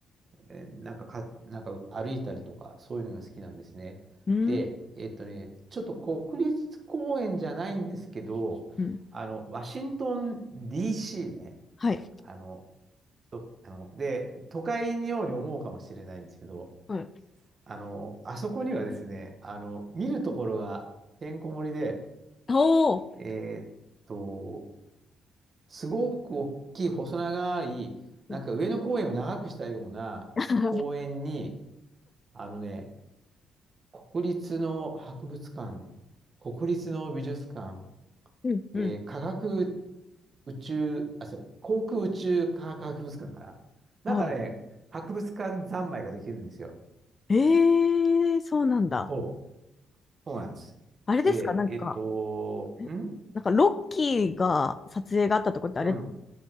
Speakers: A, on the right; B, on the left.
A: えーなんかか、なんか歩いたりとか、そういうのが好きなんですね。
B: うん。
A: で、
B: うん、
A: えーとね、ちょっと国立公園じゃないんですけど、
B: うん。
A: あの、ワシントン DC ね、
B: はい。
A: あの、とあの、で、都会のように思うかもしれないんですけど、
B: はい。
A: あの、あそこにはですね、あの、見るところがてんこ盛りで、
B: おー。
A: えーっと、すごく大きい細長い、
B: うん、
A: なんか上野公園を長くしたような公園に、
B: <laughs>
A: あのね、国立の博物館、国立の美術館、
B: うん、
A: えー科学
B: うん
A: 宇宙、あ、そう、航空宇宙科学博物館かななんかね、
B: は
A: 博物館三昧ができるんですよ。
B: い。えー、そうなんだ。
A: そう。そうなんです。
B: あれですかなんか、
A: で、えっと、
B: えなんかロッキーが撮影があったとこってあれ、
A: んうん。